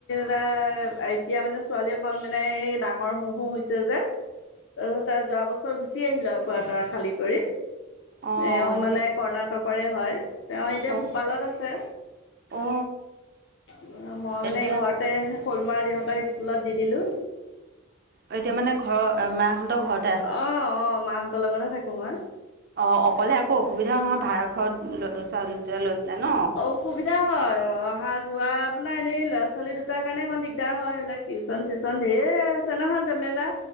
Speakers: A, on the left; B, on the right.
A: লে এতিয়া মানে ছোৱালীয়ে অকন মানে এই ডাঙৰ হ হৈছে যে।
B: <inaudible>
A: অ', <unintelligible> যোৱা বছৰ গুচি আহিলে কোৱাৰ্টাৰ খালী কৰি,
B: অ
A: এওঁ
B: এতিয়া
A: মানে কৰ্ণাটকৰে হয়। তেওঁ এতিয়া
B: অ
A: ভূপালত আছে,
B: অ
A: মই মানে
B: এতিয়া
A: ঘৰত তে শ'লমৰাত ইহঁতক স্কুলত দি দিলোঁ।
B: অ', এতিয়া মানে ঘৰৰ এ মাহঁতৰ ঘৰত।
A: অ', অ', মাহঁতৰ লগতে তে থাকোঁ মই।
B: অ', অকলে আকৌ অসুবিধাও নহয় ভাড়া ঘৰত ল ছোৱালী দুটা লৈ পেলাই ন।
A: অসুবিধা হয় অ', অহা যোৱা আপোনাৰ এনেই ল'ৰা-ছোৱালী দুটাৰ কাৰণে অকণ দিগদাৰ হয় এইবিলাক টিউচন চিউচন ধেৰ আছে নহয় জামেলা।